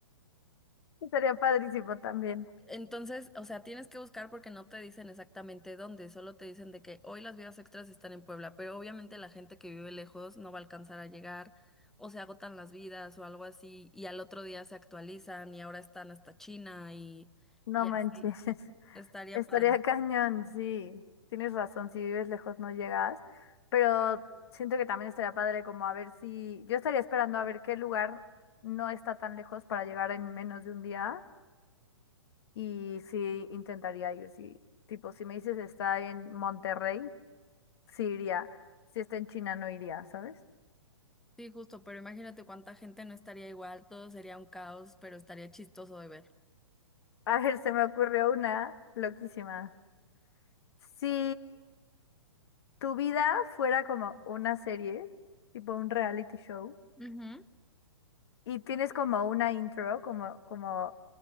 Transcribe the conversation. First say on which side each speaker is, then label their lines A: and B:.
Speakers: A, on the left; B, in the centre.
A: <laughs> Sería padrísimo también.
B: Entonces, o sea, tienes que buscar porque no te dicen exactamente dónde, solo te dicen de que hoy las vías extras están en Puebla, pero obviamente la gente que vive lejos no va a alcanzar a llegar, o se agotan las vidas o algo así, y al otro día se actualizan y ahora están hasta China y,
A: No
B: y
A: manches.
B: así.
A: <laughs>
B: Estaría
A: Estaría
B: padre.
A: <laughs> cañón, sí. Tienes razón, si vives lejos no llegas, pero siento que también estaría padre como a ver si yo estaría esperando a ver qué lugar no está tan lejos para llegar en menos de un día y sí intentaría ir, sí. Tipo, si me dices está en Monterrey, sí iría. Si está en China no iría, ¿sabes?
B: Sí, justo, pero imagínate cuánta gente no estaría igual, todo sería un caos, pero estaría chistoso de ver.
A: A ver, se me ocurrió una loquísima. Si tu vida fuera como una serie, tipo un reality show,
B: Ujú.
A: Y tienes como una intro, como, como